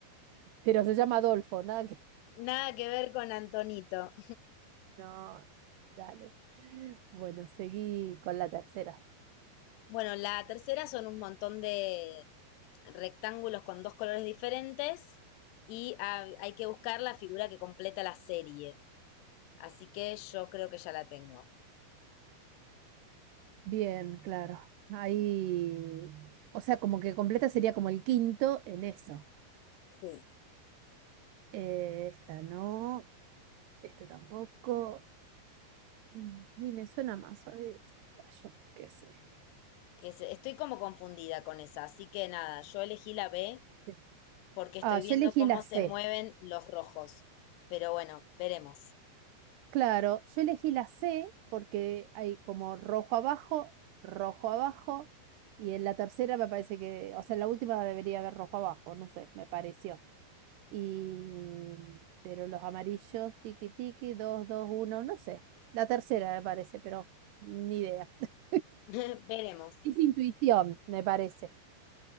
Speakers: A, on the right; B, on the left.
A: pero se llama Adolfo, nada
B: nada que ver con Antonito.
A: No, dale. Bueno, seguí con la tercera.
B: Bueno, la tercera son un montón de rectángulos con dos colores diferentes y ha- hay que buscar la figura que completa la serie. Así que yo creo que ya la tengo.
A: Bien, claro. Ahí, o sea, como que completa sería como el quinto en eso.
B: Sí.
A: Eh, esta no, esta tampoco. Mm, Y me suena más, a ver, esta, yo qué sé.
B: Que se- estoy como confundida con esa, así que nada, yo elegí la B
A: Sí.
B: porque estoy
A: Ah, yo
B: viendo
A: elegí
B: cómo
A: la C.
B: se mueven los rojos. Pero bueno, veremos.
A: Claro, yo elegí la C porque hay como rojo abajo, rojo abajo, y en la tercera me parece que, o sea, en la última debería haber rojo abajo, no sé, me pareció. Y, pero los amarillos, tiki tiki, dos, dos, uno, no sé. La tercera me parece, pero ni idea. <laughs>
B: <laughs> Veremos.
A: Es intuición, me parece.